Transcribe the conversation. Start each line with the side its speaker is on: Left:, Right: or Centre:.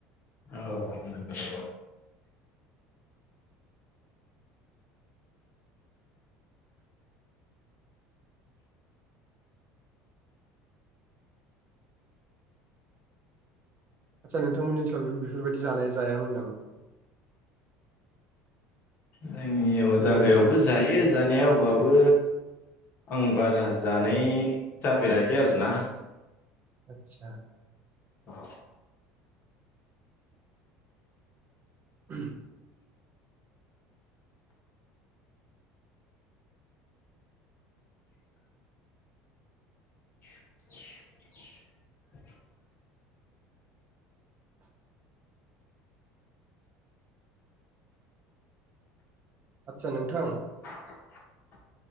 Left: औ नंगौ नोंथां नंगौ
Right: आतसा नोंथांमोननि ओनसोलाव बेफोरबायदि जानाया जायामोन नामा
Left: जोंनियाव
Right: हेलौ
Left: जागायावबो
Right: नोंथां
Left: जायो जानाया अबाबो आं बारा जानाय जाफेराखै आरोना
Right: आतसा
Left: औ
Right: <unintelligible>
Left: <inaudible>
Right: आदसा नोंथां
Left: <inaudible>